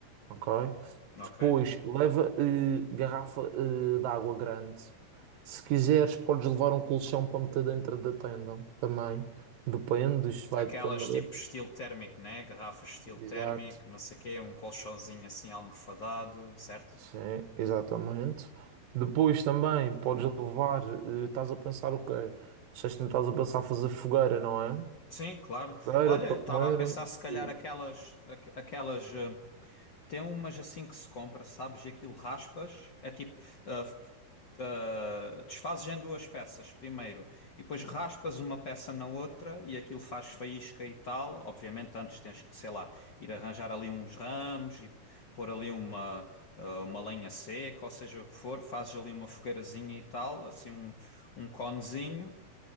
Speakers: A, on the right (about 65°); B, on the left (about 75°).
A: ok?
B: ok.
A: Depois leva eh, garrafa eh, de água grande. Se quiseres, podes levar um colchão para meter dentro da tenda também. Depende, isto vai
B: Aquelas
A: depender.
B: tipo estilo térmico, né? Garrafas estilo
A: Exato.
B: térmico, não sei o quê, um colchãozinho assim almofadado, certo?
A: Sim, exatamente. Depois também podes levar, eh, estás a pensar o quê? Disseste que não estás a pensar fazer fogueira, não é?
B: Sim, claro.
A: Fogueira
B: Olha,
A: para
B: estava
A: comerem.
B: a pensar se calhar
A: E,
B: aquelas, aqu- aquelas eh, Tem umas assim que se compra, sabes? E aquilo raspas. É tipo. ah, f- ah, desfazes em duas peças primeiro e depois raspas uma peça na outra e aquilo faz faísca e tal. Obviamente, antes tens que, sei lá, ir arranjar ali uns ramos e pôr ali uma, ah, uma lenha seca, ou seja o que for. Fazes ali uma fogueirazinha e tal, assim um, um conezinho.